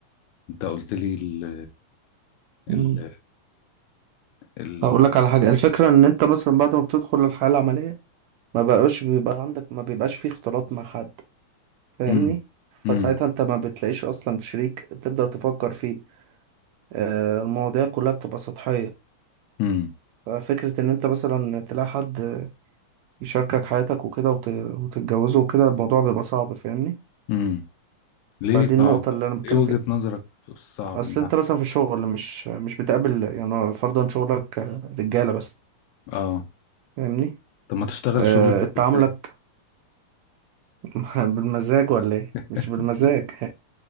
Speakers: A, on the left (about 80°); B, on the right (about 75°).
A: انت قلت لي ال
B: امم
A: ال ال
B: هقول لك على حاجه الفكره ان انت مثلا بعد ما بتدخل الحياه العمليه ما بقاش بيبقى عندك ما بيبقاش فيه اختلاط مع حد فاهمني
A: امم
B: فساعتها
A: امم
B: انت ما بتلاقيش اصلا شريك تبدا تفكر فيه آه المواضيع كلها بتبقى سطحيه
A: امم
B: ففكرة إن أنت مثلا تلاقي حد يشاركك حياتك وكده وت... وتتجوزه وكده الموضوع بيبقى صعب فاهمني
A: امم ليه
B: فدي
A: صعب
B: النقطة اللي أنا بتكلم
A: ايه وجهة
B: فيها
A: نظرك في الصعب
B: أصل
A: ده
B: أنت مثلا في الشغل مش مش بتقابل يعني فرضا شغلك رجالة بس
A: اه
B: فاهمني
A: طب ما تشتغل
B: أه...
A: شغل فيه
B: تعاملك
A: ستات
B: <laughs> بالمزاج ولا إيه
A: <laughs>
B: مش بالمزاج